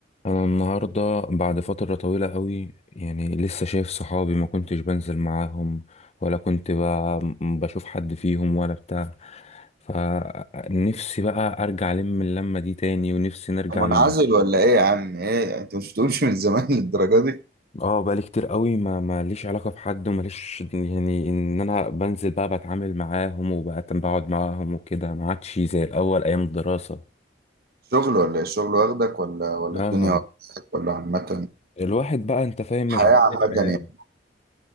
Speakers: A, on the left; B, on the right.
A: انا النهارده بعد فتره طويله قوي يعني لسه شايف صحابي ما كنتش بنزل معاهم ولا كنت ب- بشوف حد فيهم ولا بتاع فنفسي بقى ارجع الم اللمه دي تاني ونفسي نرجع
B: طب منعزل
A: ن-
B: ولا ايه يا عم ايه انت مش بتقولش من زمان للدرجه دي
A: اه بقالي كتير قوي ما ما ليش علاقه بحد وما ليش يعني ان انا بنزل بقى بتعامل معاهم وبقى بقعد معاهم وكده ما عادش زي الاول ايام الدراسه
B: شغل ولا ايه الشغل واخدك ولا ولا
A: اه
B: الدنيا واخدك ولا عامه
A: الواحد بقى انت فاهم
B: الحياه
A: مشغولات
B: عامه
A: الحياه
B: يعني؟